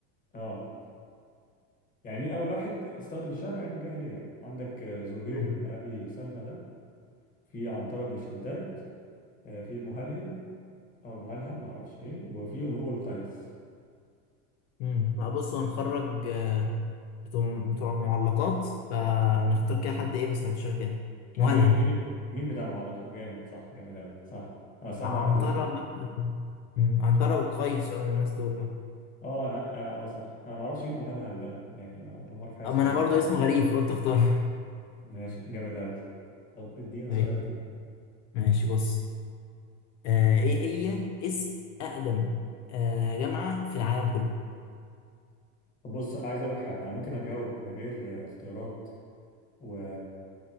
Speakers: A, on the left (about 20°); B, on the left (about 65°).
A: اه يعني مين أول واحد استخدم الشعر أيام الجاهلية عندك آه، زهير
B: ماشي
A: بن أبي سلمى ده في عنترة بن شداد آه، في المهلهل أو المهلهل معرفش إيه وفي امرؤ القيس
B: امم لا بص هنخرج آه، بتوع بتوع معلقات فنختار كده حد ايه ما سمعتش قبل كده مهلهل
A: هو مين مين مين بتاع المعلقات جامد صح جامد قوي صح انا صح
B: عنترة
A: ما اعرفوش
B: بقى. مم، عنترة وقيس آه، الناس دول بقى.
A: اه انا انا اه صح انا ما اعرفش مين المهلهل ده ولا- يعني ما- اول مره في حياتي
B: اما
A: اسمع
B: انا
A: الموضوع
B: برضو اسمه غريب فقلت اختار <laughs>
A: ماشي جامد قوي طب ادينا
B: ماشي
A: سؤال طيب
B: ماشي، بص آه ايه هي اسم اقدم آه جامعة في العالم كله
A: طب بص عايز اقول لك حاجه انا ممكن اجاوب من غير آه، اختيارات و